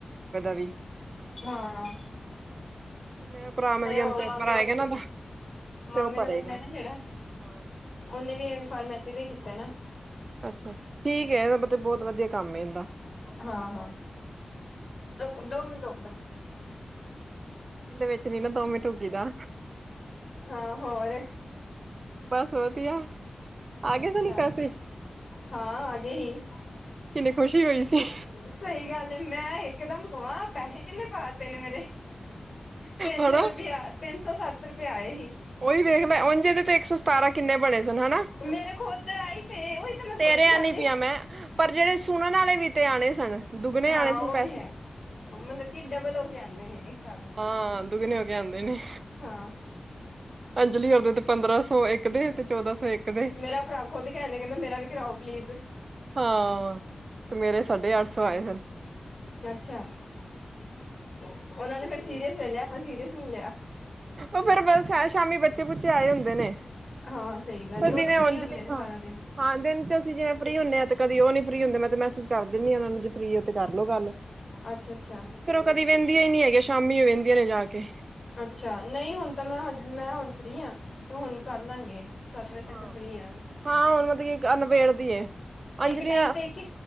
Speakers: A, on the right; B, on the left.
A: ਵੀ
B: ਹਾਂ
A: ਮੇਰੇ ਭਰਾ ਮਤਲ
B: ਮੇਰੇ ਉਹ
A: ਪੇਪਰ
B: ਮਾਮੇ
A: ਆਏਗਾ
B: ਦੇ ਮੁੰਡੇ
A: ਨਾ,
B: ਮਾਮੇ
A: ਤੇ ਉਹ ਭਰੇ
B: ਦਾ ਮੁੰਡਾ
A: ਗਾ
B: ਨਾ ਜਿਹੜਾ
A: ਹਾ।
B: ਉਹਨੇ ਵੀ ਇਹ ਫਾਰਮੇਸੀ ਦਾ ਕੀਤਾ ਨਾ
A: ਅੱਛਾ ਠੀਕ ਹੈ ਇਹਦਾ ਮਤਲਬ ਬਹੁਤ ਵਧੀਆ ਕੰਮ ਏ ਇਹਦਾ
B: ਹਾਂ ਹਾਂ ਦੋ ਦੋ ਮਿੰਟ ਰੁਕ
A: ਕਦੇ ਵਿੱਚ ਨੀ ਨਾ ਦੋ ਮਿੰਟ ਰੁਕੀ ਦਾ
B: ਹਾਂ ਹੋਰ
A: ਬਸ ਵਧੀਆ ਆ ਗਏ
B: ਅੱਛਾ
A: ਸਾਨੂੰ ਪੈਸੇ
B: ਹਾਂ ਆ ਗਏ ਹੀ।
A: ਕਿੰਨੀ ਖੁਸ਼ੀ ਹੋਈ ਸੀ
B: ਸਹੀ ਗੱਲ ਏ ਮੈਂ ਇੱਕ ਦਮ ਕਵਾਂ ਪੈਸੇ ਕਿੰਨੇ ਪਾਤੇ ਪਹਿਲੇ ਮੇਰੇ, ਤਿੰਨ
A: ਹਨਾ
B: ਸੌ ਰੁਪਇਆ, ਤਿੰਨ ਸੌ ਸੱਤ ਰੁਪਏ ਆਏ ਹੀ।
A: ਉਹੀ ਵੇਖ ਮੈਂ ਉਂਝ ਤੇ ਇੱਕ ਸੌ ਸਤਾਰਾਂ ਕਿੰਨੇ ਬਣੇ ਸ ਸਨਾਣਾ,
B: ਮੇਰੇ ਖੁਦ ਆਈ ਤੇ ਉਹੀ ਤਾਂ ਮੈਂ
A: ਤੇਰੇ
B: ਸੋਚੀ
A: ਆਂਨੀ
B: ਜਾਂਦੀ
A: ਪਿਆ ਮੈਂ ਪਰ ਜਿਹੜੇ ਸੁਣਨ ਵਾਲੇ ਵੀ ਤੇ ਆਉਣੇ ਸਨ। ਦੁੱਗਣੇ
B: ਹਾਂ
A: ਆਣੇ ਸਨ
B: ਉਹ
A: ਪੈਸੇ
B: ਵੀ ਹੈ, ਮਤਲਬ ਕਿ ਡਬਲ ਹੋ ਕੇ ਆਂਉਦੇ ਨੇ ਹਿਸਾਬ ਨਾਲ
A: ਹਾਂ ਦੁਗਣੇ ਹੋ ਕੇ ਆਉਂਦੇ ਨੇ
B: ਹਾਂ
A: ਅੰਜਲੀ ਆਪਦੇ ਤੇ ਪੰਦਰਾਂ ਸੌ, ਇੱਕ ਦੇ ਤੇ ਚੌਦਾਂ ਸੌ ਇੱਕ ਦੇ
B: ਮੇਰਾ ਭਰਾ ਖੁਦ ਕਹਿਣ ਦਾ, ਕਹਿੰਦਾ ਮੇਰਾ ਵੀ ਕਰਾਓ ਪਲੀਜ਼
A: ਹਾਂ ਮੇਰੇ ਸਾਢੇ ਅੱਠ ਸੌ ਆਏ ਸਨ।
B: ਅੱਛਾ, ਉਹਨਾਂ ਨੇ ਫੇਰ ਸੀਰੀਅਸ ਲੈ ਲਿਆ, ਆਪਾਂ ਸੀਰੀਅਸ ਨੀ ਲਿਆ।
A: ਉਹ ਫਿਰ ਬਸ ਸ਼ਾਮੀ ਬੱਚੇ ਬੁੱਚੇ ਆਏ ਹੁੰਦੇ ਨੇ
B: ਹਾਂ ਸਹੀ ਗੱਲ,
A: ਪਰ
B: ਉਹ
A: ਦਿਨੇ
B: ਤਾਂ ਫਰੀ
A: ਉਂਝ
B: ਹੁੰਦੇ
A: ਨੀ
B: ਨੇ
A: ਖਾ
B: ਸਾਰਾ ਦਿਨ
A: ਹਾਂ ਦਿਨ 'ਚ ਅਸੀਂ ਜੇ ਫਰੀ ਹੁੰਦੇ ਹਾਂ ਤੇ ਕਦੀ ਉਹ ਨਹੀਂ ਫਰੀ ਹੁੰਦੇ ਮੈਂ ਤੇ ਮੈਸੇਜ ਕਰ ਦਿੰਦੀ ਹਾਂ ਉਹਨਾਂ ਨੂੰ ਜੇ ਫਰੀ ਹੋ ਤੇ ਕਰ ਲੋ ਗੱਲ
B: ਅੱਛਾ, ਅੱਛਾ
A: ਫੇਰ ਉਹ ਕਦੀ ਵਹਿੰਦੀਆਂ ਹੀ ਨੀ ਹੈਗੀਆਂ, ਸ਼ਾਮੀ ਉਹ ਵਹਿੰਦੀਆਂ ਨੇ ਜਾ ਕੇ
B: ਅੱਛਾ, ਨਹੀਂ ਹੁਣ ਤਾਂ ਮੈਂ ਹਜੇ ਵੀ ਮੈਂ ਹੁਣ ਫਰੀ ਹਾਂ ਤੇ ਹੁਣ ਕਰ ਲਵਾਂਗੇ ਸੱਤ ਵਜੇ
A: ਹਾਂ।
B: ਤੱਕ ਤਾਂ ਫ੍ਰਰੀ ਆ,
A: ਹਾਂ ਹੁਣ ਮਤਲਬ ਕਿ ਨਿਬੇੜਦੀ ਏ ਅੰਜਲੀ
B: ਇੱਕ ਟਾਈਮ ਤੇ ਇੱਕ